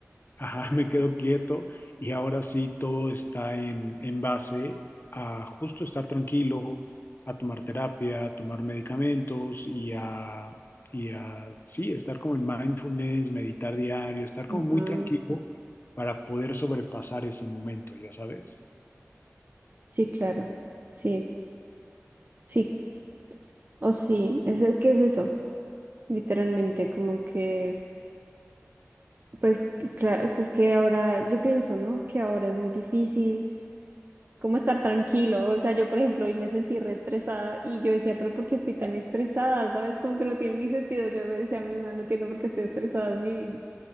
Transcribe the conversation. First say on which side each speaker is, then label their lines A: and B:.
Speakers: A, on the left (about 45°); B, on the right (about 40°).
A: Ajá, <laughs> me quedo quieto y ahora sí todo está en, en base a justo estar tranquilo, a tomar terapia, a tomar medicamentos y a, y a sí, estar como en mindfulness, meditar diario, estar como
B: Ajá.
A: muy tranquilo para poder sobrepasar ese momento, ya sabes.
B: Sí, claro. Sí, sí. O sí, es, es que es eso, literalmente, como que Pues claro, o sea, es que ahora, yo pienso, ¿no? Que ahora es muy difícil como estar tranquilo. O sea, yo, por ejemplo, hoy me sentí re estresada y yo decía, pero ¿por qué estoy tan estresada? ¿Sabes? Como que no tiene ni sentido. Yo me decía a mi mamá, no entiendo por qué estoy estresada así.